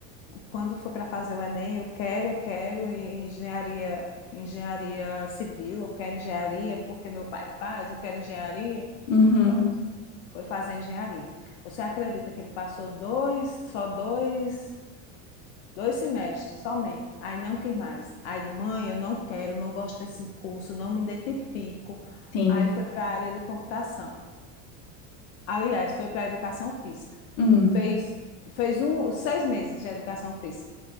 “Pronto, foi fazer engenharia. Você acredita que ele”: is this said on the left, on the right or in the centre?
Left